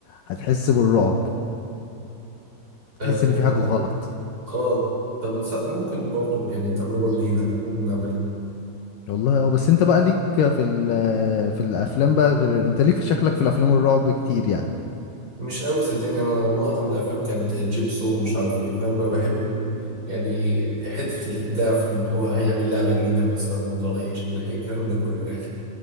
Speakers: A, on the left; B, on the right.
A: هتحس بالرعب
B: اه
A: تحس ان في حاجة غلط
B: آه، طب وتس- ممكن برضو يعني تجربة جديدة ممكن نعملها
A: والله اه بس انت بقى ليك في ال... في الافلام بقى غير انت ليك في شكلك في الافلام الرعب كتير يعني
B: مش قوي صدقني انا معظم الافلام كانت جيبسو ومش عارف ايه فاهم انا بحب يعني حتة الابداع في ان هو هيعمل لعبة جديدة مثلا منظرها ايه شكلها ايه الكلام ده كله يعني